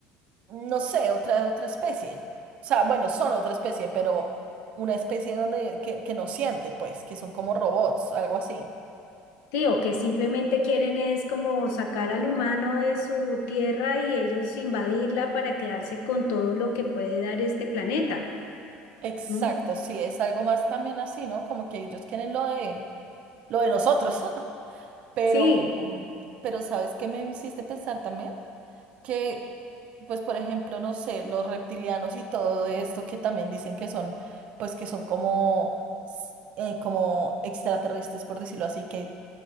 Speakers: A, on the right; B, on the left.
A: no sé, otra, otra especie. O sea, bueno, son otra especie, pero una especie donde, que, que no siente, pues, que son como robots, algo así.
B: Sí, o que simplemente quieren es como sacar al humano de su tierra y ellos invadirla para quedarse con todo lo que puede dar este planeta.
A: Exacto,
B: ¿Mm?
A: sí, es algo más también así, ¿no? Como que ellos quieren lo de, lo de nosotros, <laughs> pero,
B: Sí,
A: pero ¿sabes qué me hiciste pensar también? que, pues por ejemplo, no sé, los reptilianos y todo esto que también dicen que son, pues que son como, s- eh, como extraterrestres, por decirlo así, que,